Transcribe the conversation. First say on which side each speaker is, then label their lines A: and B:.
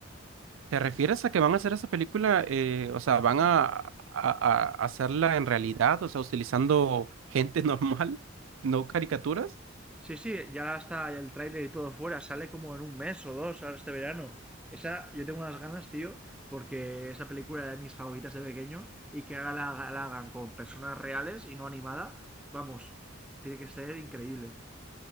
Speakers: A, on the right; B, in the centre.
A: ¿Te refieres a que van a hacer esa película? eh, o sea, ¿van a, a- a hacerla en realidad? O sea, utilizando gente <laughs> normal, no caricaturas.
B: Sí, sí, ya está el tráiler y todo fuera, sale como en un mes o dos ahora este verano. Esa, yo tengo unas ganas, tío, porque esa película era de mis favoritas de pequeño y que haga la, la hagan con personas reales y no animada, vamos, tiene que ser increíble.